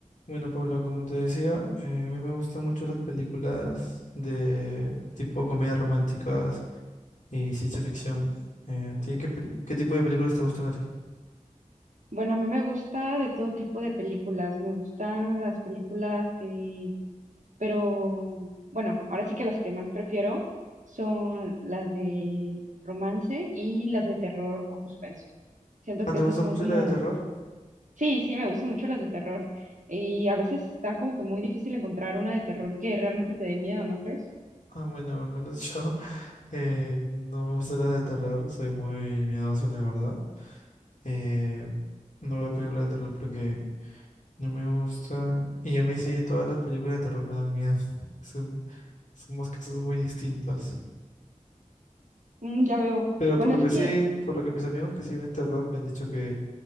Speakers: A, on the left; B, on the right.
A: Bueno, Paula, como te decía, eh, a mí me gustan mucho las películas de tipo comedias románticas y ciencia ficción. Eh, ¿a ti qué, pel- qué tipo de películas te gustan a ti?
B: Bueno, a mí me gusta de todo tipo de películas. Me gustan las películas, eh, pero bueno, ahora sí que las que más prefiero son las de romance y las de terror o suspenso. Siento
A: Ah,
B: que
A: ¿te
B: esas
A: gusta
B: son
A: mucho
B: como,
A: la de terror?
B: sí, sí, me gustan mucho las de terror. Y a veces está como que muy difícil encontrar una de terror que realmente te dé miedo, ¿no crees?
A: Ah, bueno, al menos yo <laughs> eh, no me gusta la de terror, soy muy miedoso, la verdad. Eh, no veo películas de terror porque no me gustan. Y a mí sí, todas las películas de terror me dan miedo. <laughs> Son, somos casos muy distintos.
B: Mm, ya veo.
A: Pero
B: Bueno,
A: por lo
B: es
A: que
B: que
A: sí, por lo que mis amigos que sí ven terror me han dicho que